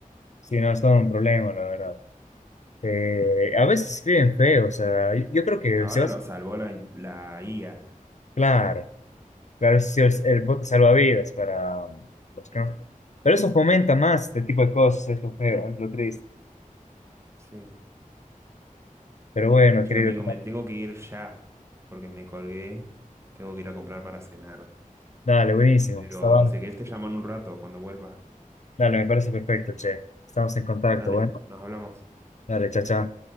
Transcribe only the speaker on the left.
Sí, no es todo un problema, la verdad. Eh, a veces escriben feo, o sea, yo, yo creo que
si vas...
Claro, claro, si el, el bote salvavidas para um, los que no... Pero eso fomenta más este tipo de cosas, es lo feo, es lo triste.
Pero bueno,
querido,
dale, buenísimo,
estaba...
Dale, me parece perfecto, che. Estamos en contacto,
bueno.
Dale, chao, chao.